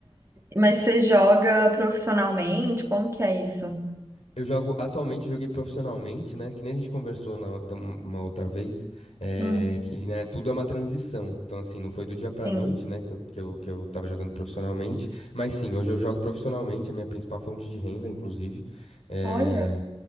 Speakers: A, on the right; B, on the left.
A: mas você joga profissionalmente? Como que é isso?
B: Eu jogo, atualmente, eu joguei profissionalmente, né? Que nem a gente conversou na, da- uma outra vez, é,
A: Uhum,
B: que né, tudo é uma transição. Então, assim, não foi do dia pra
A: sim.
B: noite, né? Que eu, que eu, que eu tava jogando profissionalmente. Mas sim, hoje eu jogo profissionalmente, a minha principal fonte de renda, inclusive. é,
A: Olha.